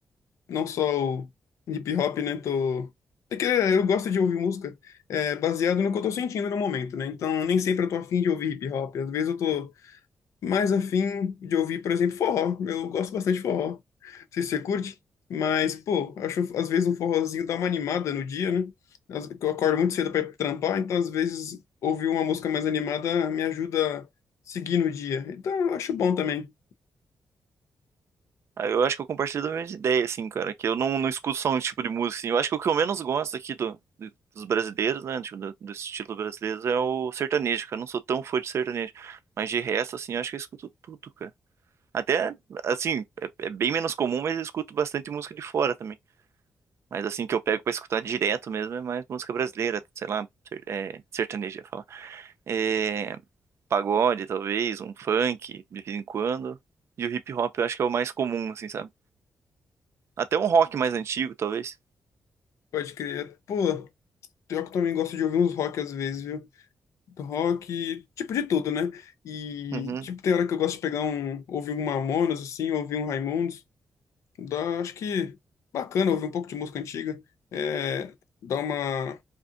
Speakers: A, on the left; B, on the right.
A: não só o hip hop, né? Tô... É que eu gosto de ouvir música é, baseado no que eu tô sentindo no momento, né? Então, nem sempre eu tô afim de ouvir hip hop. Às vezes eu tô mais afim de ouvir, por exemplo, forró. Eu gosto bastante de forró. Não sei se você curte, mas, pô, acho às vezes um forrozinho dá uma animada no dia, né? Às- Eu acordo muito cedo para trampar, então às vezes ouvir uma música mais animada me ajuda a seguir no dia. Então, eu acho bom também.
B: aí eu acho que eu compartilho da mesma ideia, assim, cara, que eu não, não escuto só um tipo de música, assim. Eu acho que o que eu menos gosto aqui do, do- dos brasileiros, né, tipo, do, do estilo brasileiro é o sertanejo, cara. Eu não sou tão fã de sertanejo, mas de resto, assim, eu acho que eu escuto tudo, cara. Até, assim, é, é bem menos comum, mas eu escuto bastante música de fora também. Mas assim que eu pego pra escutar direto mesmo é mais música brasileira, sei lá, ser- é, sertaneja, falar. É, pagode, talvez, um funk, de vez em quando. E o hip hop eu acho que é o mais comum, assim, sabe? Até um rock mais antigo, talvez.
A: Pode crer. Pô, pior que eu também gosto de ouvir uns rock às vezes, viu? do rock, tipo de tudo, né? E
B: Uhum.
A: tipo tem hora que eu gosto de pegar um, ouvir um Mamonas assim, ouvir um Raimundos, dá, acho que bacana ouvir um pouco de música antiga, é, dá uma